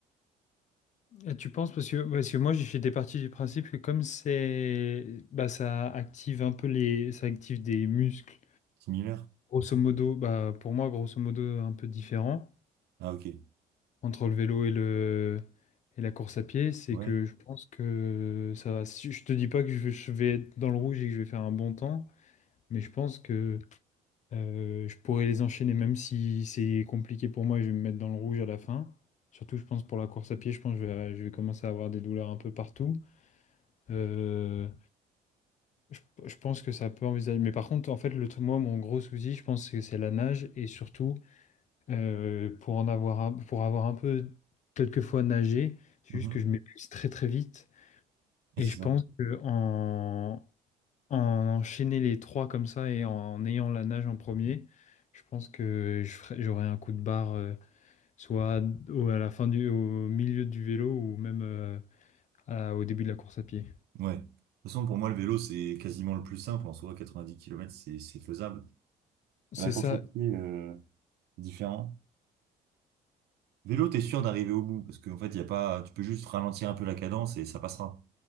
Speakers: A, on the left; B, on the right.
A: Et tu penses parce que parce que moi j'ai- j'étais parti du principe que comme c'est bah ça active un peu les ça active des muscles
B: Similaire?
A: grosso modo bah pour moi grosso modo un peu différent
B: Ah, ok.
A: entre le vélo et le et la course à pied, c'est
B: Ouais.
A: que je pense que ça va. Si je te dis pas que je je vais être dans le rouge et que je vais faire un bon temps, mais je pense que euh, je pourrais les enchaîner même si c'est compliqué pour moi et je vais me mettre dans le rouge à la fin. Surtout, je pense pour la course à pied, je pense que je vais, je vais commencer à avoir des douleurs un peu partout. Euh, je, je pense que ça peut envisager. Mais par contre, en fait, le, moi, mon gros souci, je pense que c'est la nage et surtout. Euh, pour en avoir un- pour avoir un peu quelquefois nagé, c'est
B: Mhm.
A: juste que je m'épuise très très vite.
B: Et
A: Et
B: c'est
A: je pense
B: ça.
A: que en, en enchaîner les trois comme ça et en ayant la nage en premier, je pense que je ferai- j'aurai un coup de barre euh, soit au, à la fin du, au milieu du vélo ou même euh, à- au début de la course à pied.
B: Ouais. De toute façon, pour moi, le vélo, c'est quasiment le plus simple. En soi, 90 kilomètres, c'est c'est faisable.
A: C'est
B: La course
A: ça.
B: à pied, euh, c'est différent. Vélo, t'es sûr d'arriver au bout parce qu'en fait, y a pas, tu peux juste ralentir un peu la cadence et ça passera.